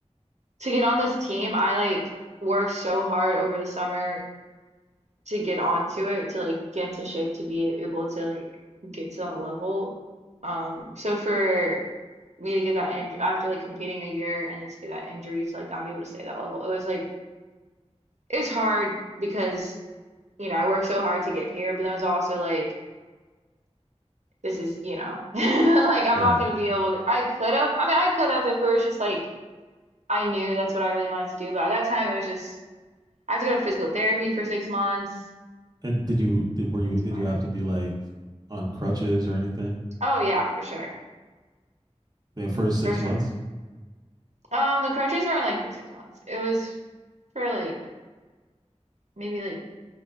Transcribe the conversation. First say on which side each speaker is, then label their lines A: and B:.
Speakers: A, on the right; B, on the right.
A: to get on this team, I like worked so hard over the summer to get onto it to like get into shape to be able to like get to that level. Um, so for me to get that injury after like competing a year and then to get that injury to like not be able to stay at that level, it was like it was hard because you know I worked so hard to get here, but then it was also like this is you know <laughs> like I'm
B: Yeah.
A: not gonna be able to. I could have. I mean, I could have if it was just like I knew that's what I really wanted to do, but at that time it was just I have to go to physical therapy for six months.
B: And did you did, were you
A: It's too
B: did
A: much.
B: you have to be like on crutches or anything
A: Oh yeah, for sure,
B: the first six
A: for sure.
B: months?
A: Um, the cartridges weren't like for six months. It was for like maybe like